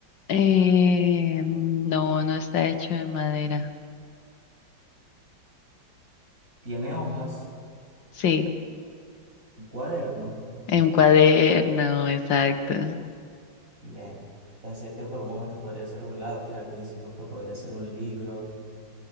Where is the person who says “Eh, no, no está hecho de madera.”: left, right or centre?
Left